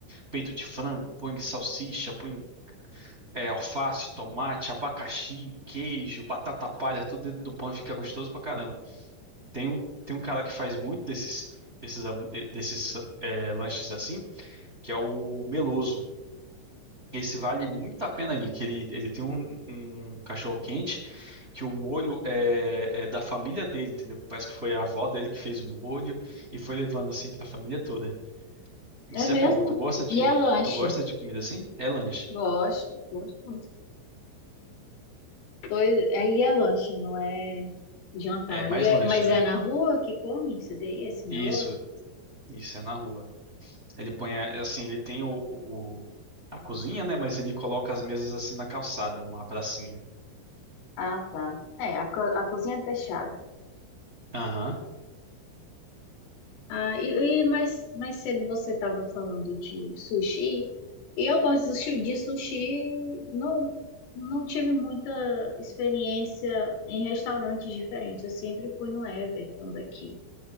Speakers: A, on the right; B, on the left.
A: peito de frango, põe salsicha, põe é, alface, tomate, abacaxi, queijo, batata palha, tudo dentro do pão e fica gostoso pra caramba. Tem um, tem um cara que faz muito desses, desses, am- eh, desses eh, lanches assim, que é o Meloso. Esse vale muito a pena aí, que ele, ele tem um, um cachorro quente, que o molho é, é da família dele, entendeu? Parece que foi a avó dele que fez o molho e foi levando assim pra família toda. Isso
B: É mesmo?
A: é bom. Tu gosta de,
B: E é lanche?
A: tu gosta de comida assim? É lanche.
B: Gosto, gosto muito. Pois, aí é lanche, não é jantar.
A: É, mais
B: E é-
A: lanche,
B: mas
A: né?
B: é na rua que come esse daí, esse meloso?
A: Isso, isso é na rua. Ele põe, eh, assim, ele tem o, o- a cozinha, né? Mas ele coloca as mesas assim na calçada, numa pracinha.
B: Ah, tá. É, a, co- a cozinha é fechada.
A: Aham,
B: Ah, e, e mais, mais cedo você estava falando de sushi, e eu gosto de sushi, de sushi, não, não tive muita experiência em restaurantes diferentes, eu sempre fui no Everton daqui.